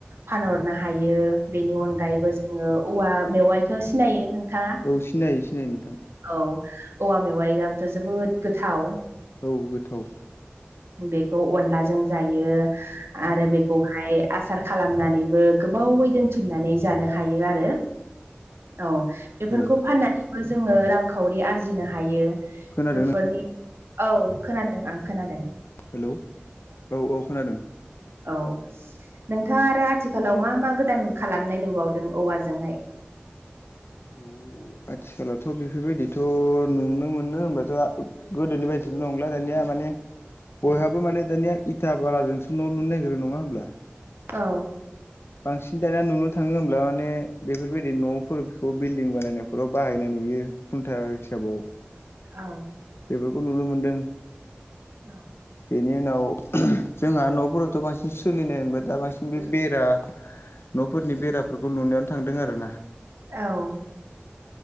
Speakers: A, on the right (about 80°); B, on the left (about 80°).
A: फानहरनो हायो बेनि अनगायैबो ङो औवा मेवाइखौ सिनायो नोंथाङा
B: औ सिनायो सिनायो नोंथां।
A: औ औवा मेवाइआाबोथ' जोबोद गोथाव
B: औ गोथाव।
A: औ बेखौ अनलाजों जायो आरो
B: औ
A: बे खौहाय आसार खालामनानैबो गोबावै दोनथुमनानै जानो हायो आरो। औ। बेफोरखौ
B: औ
A: फाननानैबो जोङो रांखावरि आरजिनो हायो बेफोरनि
B: खोनादों
A: औ खोनादों आं खोनादों।
B: हेल' औ औ खोनादों।
A: औ। नोंथाङा आरो आथिखालाव मा मा गोदान खालामनाय नुबावदों औवाजोंहाय।
B: औ आथिखालावथ' बेफोरबायदिथ' नुनो मोनो होनोमबाथ' गोदोनि बायदि' नंला दानिया माने बयहाबो
A: औ
B: माने दानिया इथा बालाजोंसो न' लुनो नागिरो नङा होमब्ला।
A: औ।
B: बांसिन दाना नुनो थाङो होमब्ला माने बेफोरबायदि न'फोरखौ बिल्डिं बानायनायफोराव बाहायनाय नुयो। खुन्टा हिसाबाव
A: औ।
B: बेफोरखौ नुनो मोन्दों।
A: औ।
B: बेनि उनाव जोंहा न'फोरावथ' बांसिन सोलिनाय होनबाय दा बांसिन बे बेरा न'फोरनि बेराफोरखौ लुनायावनो थांदों आरो ना।
A: औ।